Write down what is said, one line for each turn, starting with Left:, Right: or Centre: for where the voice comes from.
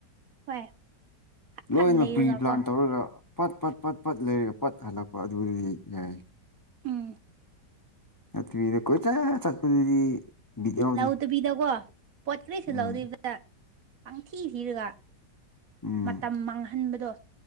Right: ꯍꯣꯏ ꯐꯠ
Left: ꯂꯣꯏꯅ
Right: ꯐꯠ ꯂꯩꯔꯒꯀꯣ
Left: ꯄ꯭ꯔꯤ ꯄ꯭ꯂꯥꯟ ꯇꯧꯔꯒ ꯄꯠ ꯄꯠ ꯄꯠ ꯄꯠ ꯂꯩꯔꯒ ꯄꯠ ꯍꯜꯂꯛꯄ ꯑꯗꯨꯗꯤ ꯌꯥꯏ
Right: ꯎꯝ
Left: ꯅꯠꯇꯕꯤꯗ ꯀꯣꯏꯆꯠ ꯆꯠꯄꯗꯨꯗꯤ ꯕꯤꯠ ꯌꯥꯎꯗꯦ
Right: ꯂꯧꯗꯕꯤꯗꯀꯣ ꯄꯣꯠ ꯀꯔꯤꯁꯨ
Left: ꯎꯝ
Right: ꯂꯧꯗꯕꯤꯗ ꯄꯪꯊꯤ ꯊꯤꯔꯒ
Left: ꯎꯝ
Right: ꯃꯇꯝ ꯃꯥꯡꯍꯟꯕꯗꯣ